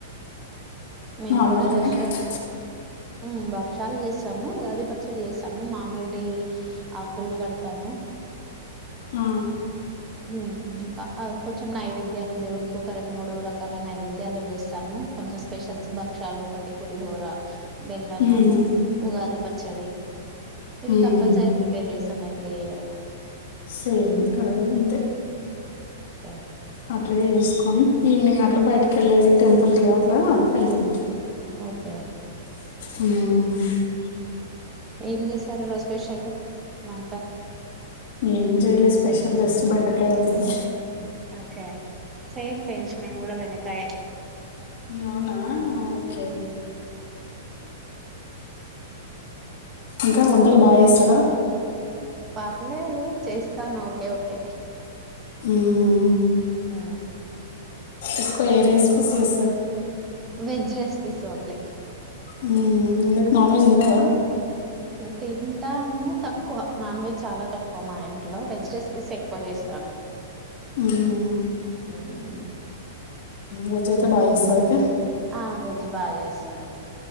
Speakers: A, on the right; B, on the left.
A: మేము
B: నార్మల్గానే
A: కూడ జస్ట్
B: కదా
A: ఉమ్ బక్షాలు చేస్తాము ఉగాది పచ్చడి చేస్తాము మామిడి ఆకులు కడతాము
B: ఆ
A: ఉమ్ ఇక కొంచెం నైవేద్యాలు దేవుడికి ఒక రెండు మూడు రకాల నైవేద్యాలు చేస్తాము కొంచెం స్పెషల్స్ భక్షాలు ఒకటి పులిహోర అ బెల్లన్నము
B: మ్మ్,
A: ఉగాది పచ్ చ్చడి ఇవి
B: మ్మ్.
A: కంపల్సరీ ప్రిపేర్ చేస్తాం వేరు
B: సేమ్ కడవత ఉంటే
A: ఎ
B: అట్లే చేసుకొని ఈవినింగ్ అట్ల బయటికి వెళ్ళేది టెంపుల్కి అట్లా వెళ్తాం
A: ఓకె
B: మ్
A: ఏం చేసారు ఈ రోజు స్పెషల్ వంట
B: ఏమ్ జేయలేదు స్పెషల్ జస్ట్ బెండకాయ వండినా
A: ఒకే సేమ్ పించ్ మేమ్ కూడ బెండకాయ
B: అవునా ఓకే ఇంక వంటలు బాగ చేేస్తార
A: పర్లేదు చేస్తాను ఓకె ఓకే
B: ఊహు
A: ఆ
B: ఎక్కువ ఏ రెసిపీస్ చేస్తార్
A: వెజ్ రెస్పీస్ ఓన్లీ
B: ఉమ్ అందుక్ నాన్ వెజ్ దినరా
A: తింటాము తక్కువ నాన్ వెజ్ చాలా తక్కువ మా ఇంట్లో వెజ్ రెస్పీస్ ఎక్కువ చేస్తాను
B: హ్మ్.
A: ఉమ్
B: వేడ్ అయితే బాగ చేస్తారయితే
A: ఆ వెజ్ బాగ చేస్తాను